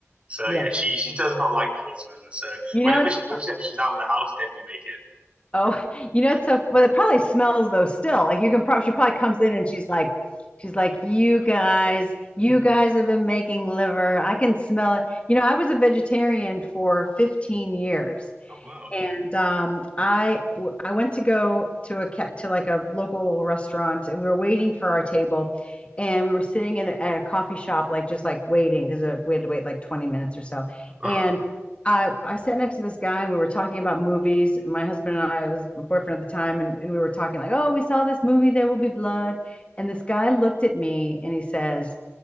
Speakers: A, on the right (about 25°); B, on the left (about 25°).
A: So
B: yeah.
A: yeah, she she does not like that whatsoever. So
B: You
A: whenever
B: know it's
A: she, whenever she's out of the house, then we make it.
B: oh, you know it's so well. It probably smells though still. Like you can probably she probably comes in and she's like, she's like, you guys, you guys have been making liver. I can smell it. You know, I was a vegetarian for 15 years,
A: <laughs> oh wow.
B: and um, I I went to go to a to like a local restaurant, and we were waiting for our table, and we were sitting in a, at a coffee shop, like just like waiting because uh, we had to wait like twenty minutes or so.
A: Uh
B: And
A: huh.
B: I I sat next to this guy, and we were talking about movies. And my husband and I it was my boyfriend at the time, and, and we were talking like, oh, we saw this movie, There Will Be Blood, and this guy looked at me and he says,